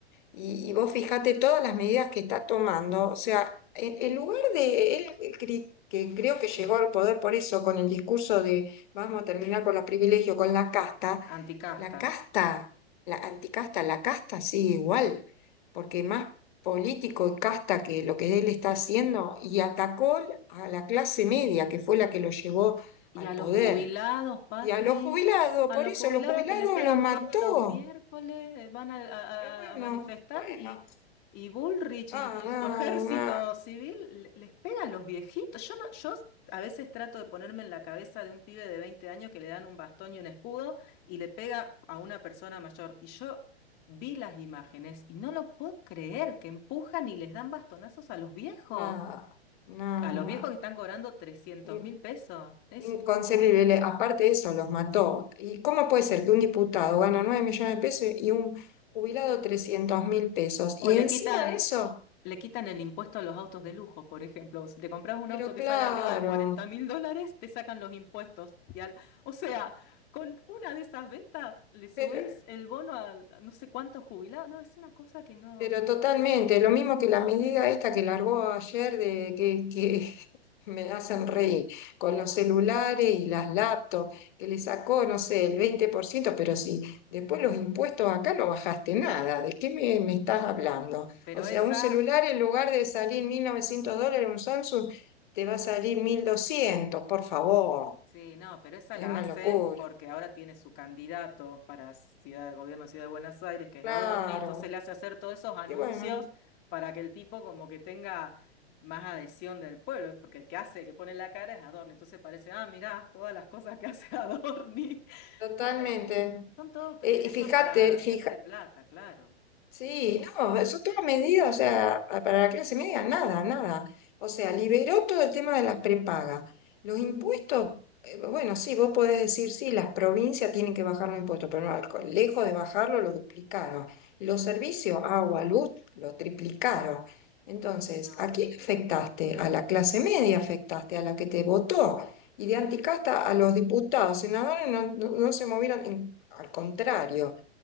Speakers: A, on the left (about 45°); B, on the left (about 30°).
A: Y, y vos fijate todas las medidas que está tomando, o sea, en, en lugar de él, eh, cri- que creo que llegó al poder por eso, con el discurso de vamos a terminar con los privilegios, con la casta,
B: anticasta.
A: la casta, la anticasta, la casta sigue igual, porque más político y casta que lo que él está haciendo, y atacó a la clase media, que fue la que lo llevó
B: Y
A: al
B: a los
A: poder,
B: jubilados, Patri,
A: y a los jubilados,
B: a
A: por
B: los
A: eso
B: jubilados
A: los jubilados
B: que les pegan
A: lo mató.
B: todos los miércoles, eh, van a,
A: Eh, bueno,
B: a- a manifestar
A: bueno,
B: y, y Bullrich
A: ah,
B: y, y
A: no,
B: su ejército
A: no,
B: civil le- les pegan a los viejitos. Yo, no, yo a veces trato de ponerme en la cabeza de un pibe de 20 años que le dan un bastón y un escudo y le pega a una persona mayor. Y yo vi las imágenes y no lo puedo creer que empujan y les dan bastonazos a los viejos.
A: no, no,
B: A los viejos que están cobrando 300
A: no.
B: mil pesos. Es
A: Inconcebible. Aparte de eso, los mató. ¿Y cómo puede ser que un diputado gana 9 millones de pesos y un jubilado 300 mil pesos?
B: O
A: Y
B: le
A: encima
B: quitan,
A: de eso,
B: le quitan el impuesto a los autos de lujo, por ejemplo. Si te compras un
A: pero
B: auto que
A: claro,
B: sale arriba de 40 mil dólares, te sacan los impuestos. Y al- o sea, con una de esas ventas le subís
A: pero
B: el bono a no sé cuántos jubilados. No, es una cosa que no,
A: Pero
B: no.
A: totalmente, lo mismo que la medida esta que largó ayer de que, que <laughs> me hacen reír con los celulares y las laptops, que le sacó, no sé, el 20% pero si después los impuestos acá no bajaste nada, ¿de qué me, me estás hablando?
B: Pero
A: O sea,
B: esa
A: un celular en lugar de salir 1.900 dólares, un Samsung, te va a salir 1.200 por favor,
B: Sí, no, pero esa
A: es
B: la
A: una
B: hacen
A: locura.
B: porque ahora tiene su candidato para Ciudad de Gobierno de Ciudad de Buenos Aires, que es
A: Claro,
B: Adorni, entonces le hace hacer todos esos anuncios
A: y bueno,
B: para que el tipo como que tenga más adhesión del pueblo, porque el que hace, el que pone la cara es Adorni, entonces parece, ah, mirá, todas las cosas que hace <laughs> Adorni,
A: totalmente.
B: ¿viste? Son todos privilegios
A: Eh, y fíjate,
B: para
A: fíjate.
B: gente de plata, claro.
A: Sí, no, eso toda medida, o sea, pa- para la clase media, nada, nada. O sea, liberó todo el tema de las prepagas. Los impuestos, eh, bueno, sí, vos podés decir, sí, las provincias tienen que bajar los impuestos, pero no, al co- lejos de bajarlo, lo duplicaron. Los servicios, agua, luz, lo triplicaron. Entonces,
B: No,
A: ¿a
B: una
A: quién
B: locura.
A: afectaste? A la clase media afectaste, a la que te votó. Y de anticasta a los diputados, senadores no, no no se movieron, en- al contrario